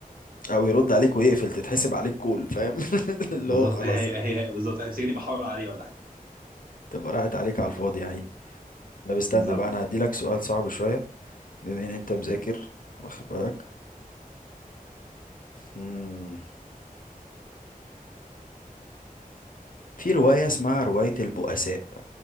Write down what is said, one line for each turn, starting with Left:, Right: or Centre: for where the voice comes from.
Left: او يرد عليك ويقفل تتحسب عليك كول فاهم <laughs> اللي
Right: بالظبط
Left: هو خلاص
Right: هي هي هي بالظبط هيمسكني بحاول عليه ولا حاجه
Left: تبقى راحت عليك على الفاضي يا عيني طب استنى
Right: بالظبط
Left: بقى انا هديلك سؤال صعب شوية بما ان انت مذاكر
Right: دي
Left: واخد بالك مم. في رواية اسمها رواية البؤساء